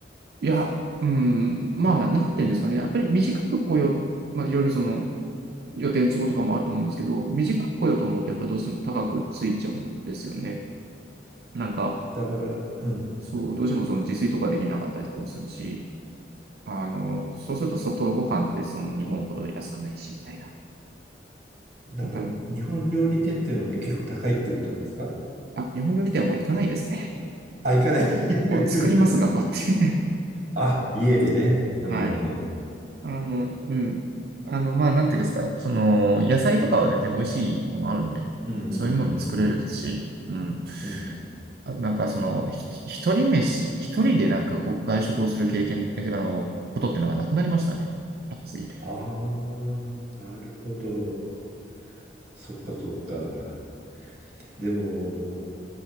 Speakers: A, on the right; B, on the right.
A: いや、うん、まあ、なんていうんですかね。やっぱり短く来よう、まあ、いろいろその予定の都合とかもあると思うんですけど、短く来ようと思うと、やっぱりどうしても高くついちゃうんですよね。なんか、
B: だから、うん。
A: そう、どうしてもその自炊とかできなかったりとかもするし、あの、そうすると外ご飯ってその日本ほど安くないし、みたいな。
B: だから、
A: だから、
B: 日本料理店っていうのは結構高いっていうことなんですか
A: あ、日本料理店はもう行かないですね。
B: あ、行かない <laughs>
A: もう作ります、頑張って。
B: あ、家でね。
A: <laughs>
B: うん。
A: はい。
B: うん
A: あの、うん。あの、まあ、なんていうんですか、その、野菜とかは全然美味しいもんあるんで、
B: うんうん
A: そういうもの作れるし、うん。
B: うんうんうん。
A: あなんか、その、ひ一人飯、一人でなんかこう外食をする経験、えあの、ことっていうのがなくなりましたね。高すぎて。
B: ああー、なるほど。そっかそっか。でも、